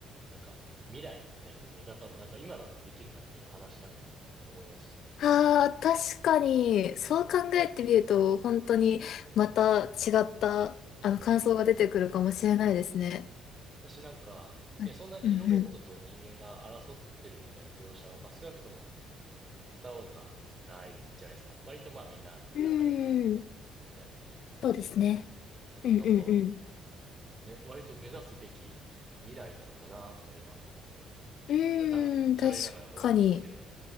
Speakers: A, on the right; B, on the left.
A: なんか未来みたいな見方もなんか今だとできるなって今話しながら思いましたね。
B: ああ、確かに、そう考えてみると、本当にまた違った、あの、
A: うん。
B: 感想が出てくるかもしれないですね。
A: 私なんかね、
B: はいうん
A: そんなにロボットと人間が争ってるみたいな描写は、まあ少なくともスター・ウォーズはないじゃないですか。割とまあみんな仲良く
B: うん。うーん、
A: やってる感じ。
B: そうですね。
A: だからなんか、
B: うんうんうん。
A: め、割と目指すべき未来なのかなとか今、
B: うーん、
A: 今かん、喋りながら思いましたけれど。
B: 確かに。